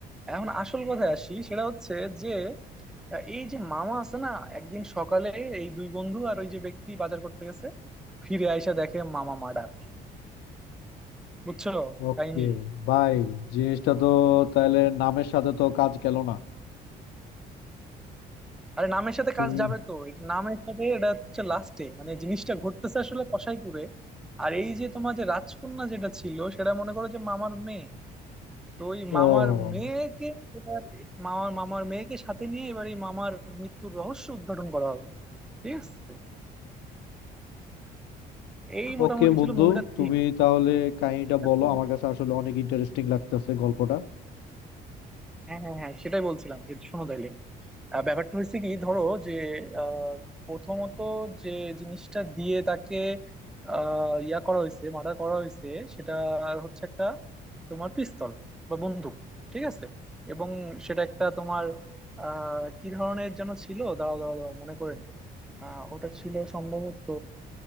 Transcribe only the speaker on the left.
ওকে
বাই জিনিসটা তো তাহলে নামের সাথে তো কাজ গেল না
তুমি
ও
ওকে বন্ধু
তুমি
তাহলে কাহিনীটা
বলো আমার কাছে আসলে অনেক ইন্টারেস্টিং লাগতেছে গল্পটা